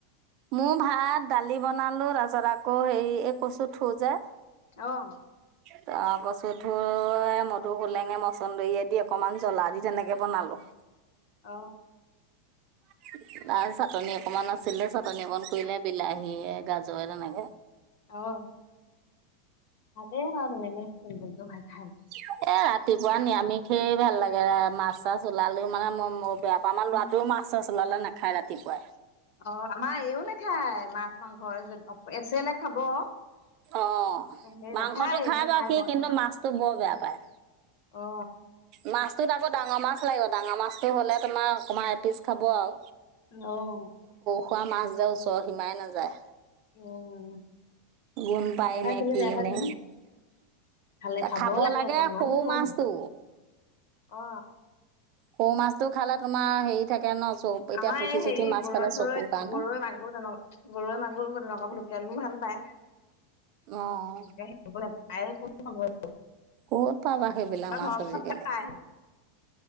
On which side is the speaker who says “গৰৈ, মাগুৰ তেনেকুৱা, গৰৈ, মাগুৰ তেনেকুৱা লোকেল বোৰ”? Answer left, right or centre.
Left